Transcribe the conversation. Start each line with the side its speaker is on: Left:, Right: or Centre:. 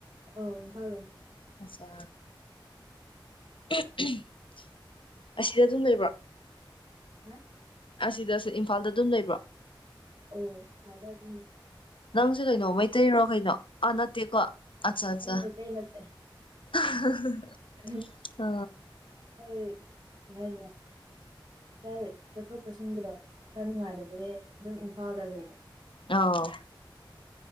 Right: ꯑꯣ ꯏꯝꯐꯜꯗꯅꯤ
Left: ꯑꯆꯥ <unintelligible> ꯑꯁꯤꯗ ꯑꯗꯨꯝ ꯂꯩꯕ꯭ꯔꯣ
Right: ꯍꯥ
Left: ꯑꯁꯤꯗꯁꯨ ꯏꯝꯐꯥꯜꯗ ꯑꯗꯨꯝ ꯂꯩꯕ꯭ꯔꯣ
Right: ꯍꯣꯏ ꯏꯝꯐꯥꯜꯗ ꯑꯗꯨꯝ ꯂꯩ
Left: ꯅꯪꯁꯦ ꯀꯩꯅꯣ ꯃꯩꯇꯩꯔꯣ ꯀꯩꯅꯣ ꯑꯥ ꯅꯠꯇꯦꯀꯣ ꯑꯠꯆꯥ ꯑꯠꯆꯥ
Right: ꯑꯩ ꯃꯩꯇꯩ ꯅꯠꯇꯦ
Left: <unintelligible>
Right: <unintelligible>
Left: ꯑ
Right: ꯀꯩ ꯍꯥꯏꯅꯣ ꯈꯔ ꯆꯠꯊꯣꯛ ꯆꯠꯁꯤꯟꯒꯤꯗꯣ ꯈꯔ ꯅꯨꯡꯉꯥꯏꯗꯕꯒꯤ ꯑꯗꯨꯝ ꯏꯝꯐꯥꯜꯗ ꯂꯩꯕ
Left: ꯑ